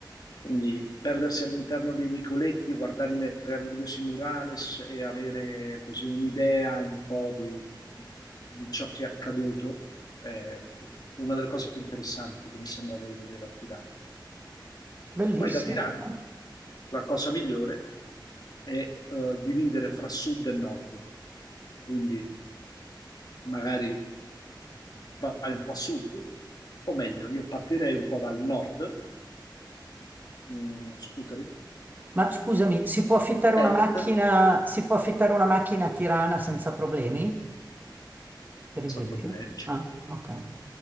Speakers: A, on the left; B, on the right.
A: Quindi perdersi all'interno dei vicoletti, guardare i meravigliosi murales e avere così un'idea un po' di, di ciò che è accaduto è una delle cose più interessanti che mi sembrava di vedere a Tirana.
B: bellissimo.
A: Poi da Tirana
B: Ah.
A: la cosa migliore è eh, dividere fra sud e nord. Quindi magari vai un po' a sud, o meglio, io partirei un po' dal nord, mm, scuteri,
B: Ma scusami, si può affittare
A: Perth,
B: una macchina, si può affittare una macchina a Tirana senza problemi, per
A: senza
B: esempio?
A: problemi, certo.
B: Ah, ok.